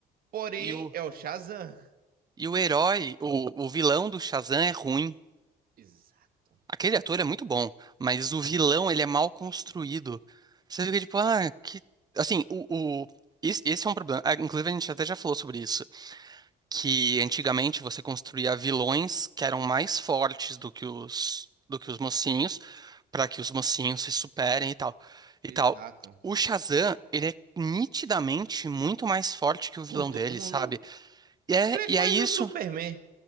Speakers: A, on the right (about 60°); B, on the right (about 25°).
A: porém
B: E o,
A: é o Shazam.
B: e o herói, o, o vilão do Shazam é ruim.
A: Exato.
B: Aquele ator é muito bom, mas o vilão, ele é mal construído.
A: Sim,
B: Você fica tipo, ah, que. Assim, o, o- esse, esse é um problema. Ah, Inclusive, a gente até já falou sobre isso. que antigamente você construía vilões que eram mais fortes do que os do que os mocinhos, para que os mocinhos se superem e tal. E
A: exato.
B: tal. O Shazam, ele é nitidamente muito mais forte que o vilão
A: Com todo
B: dele,
A: mundo.
B: sabe? E é,
A: Ele é
B: e
A: quase
B: é isso,
A: o Superman.